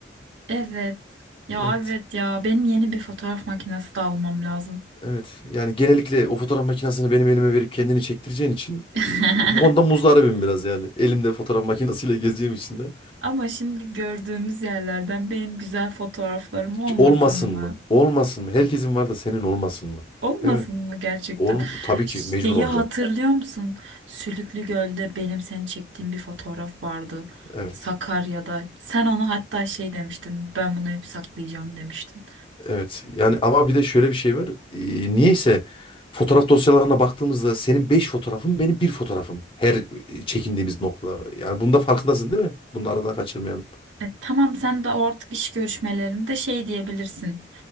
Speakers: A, on the right; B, on the left.
A: Evet. Ya
B: Evet.
A: evet ya benim yeni bir fotoğraf makinesi de almam lazım.
B: Evet. Yani genellikle o fotoğraf makinesini benim elime verip kendini çektireceğin için
A: <laughs>
B: e, Honda muzdaribim biraz yani. Elimde fotoğraf makinesiyle gezdiğim için de.
A: Ama şimdi gördüğümüz yerlerden benim güzel fotoğraflarım olmasın
B: Hiç Olmasın
A: mı?
B: mı? Olmasın mı? Herkesin var da senin olmasın mı?
A: Olmasın
B: Değil mi?
A: mı gerçekten?
B: Ol tabii
A: Şeyi
B: ki mecbur olacak.
A: hatırlıyor musun? Sülüklü Göl'de benim seni çektiğim bir fotoğraf vardı.
B: Evet.
A: Sakarya'da. Sen onu hatta şey demiştin. Ben bunu hep saklayacağım demiştin.
B: Evet. Yani ama bir de şöyle bir şey var. E, niyeyse fotoğraf dosyalarına baktığımızda senin 5 fotoğrafın benim bir fotoğrafım. Her e, çekindiğimiz nokta. Yani bunda farkındasın değil mi? Bunu aradan kaçırmayalım.
A: E, tamam sen de artık iş görüşmelerinde şey diyebilirsin.